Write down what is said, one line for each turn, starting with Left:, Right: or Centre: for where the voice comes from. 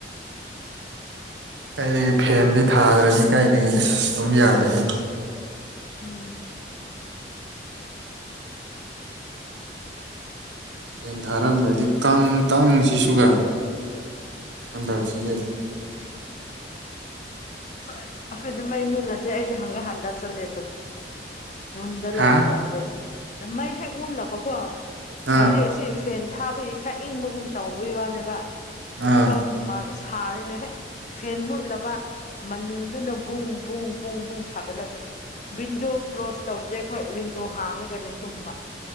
Right: ꯀꯥꯏꯗꯒꯤ ꯐꯦꯟꯗꯤ ꯊꯥꯗ꯭ꯔꯥꯗꯤ ꯀꯥꯏꯗꯒꯤ ꯏꯁ ꯇꯨꯝ ꯌꯥꯗꯦꯍꯦ
Left: ꯎꯝ
Right: ꯍꯦꯟ ꯊꯥꯔꯝꯗ꯭ꯔꯥꯗꯤ ꯀꯪ ꯀꯪ ꯁꯤꯁꯨꯒꯥ ꯍꯟꯗꯛꯁꯤꯗꯤ
Left: <unintelligible> ꯑꯈꯣꯏꯗꯤ ꯃꯩ ꯃꯨꯠꯂꯗꯤ ꯑꯩꯗꯤ ꯍꯪꯒꯥ ꯍꯟꯗ ꯆꯠꯂꯦ ꯑꯗꯨꯝ ꯌꯨꯝꯗ
Right: ꯍꯥ
Left: ꯂꯩꯕ ꯌꯥꯗꯦꯕ ꯗꯥ ꯃꯩ ꯍꯦꯛ ꯃꯨꯜꯂꯕꯀꯣ ꯍꯧꯖꯤꯛ
Right: ꯑꯥ
Left: ꯑꯁꯤ ꯐꯦꯟ ꯊꯥꯕꯒꯤ ꯈꯔ ꯏꯪꯕꯒꯨꯝ ꯇꯧꯕꯒꯤ ꯋꯥꯅꯦꯕ ꯑꯁꯤ
Right: ꯑꯥ
Left: ꯐꯥꯎꯕ ꯍꯨꯝꯃꯥꯏ ꯁꯥꯔꯤꯅꯦ ꯍꯦ ꯐꯦꯟ ꯃꯨꯠꯂꯕ ꯃꯅꯤꯜꯗꯨꯅ ꯕꯨꯡ ꯕꯨꯡ ꯕꯨꯡ ꯕꯨꯡ ꯁꯥꯒꯠꯂꯒꯥ ꯋꯤꯟꯗꯣ ꯀ꯭ꯂꯣꯁ ꯇꯧꯗꯦ ꯑꯈꯣꯏ ꯋꯤꯟꯗꯣ ꯍꯥꯡꯉꯒꯥꯅꯦ ꯇꯨꯝꯕ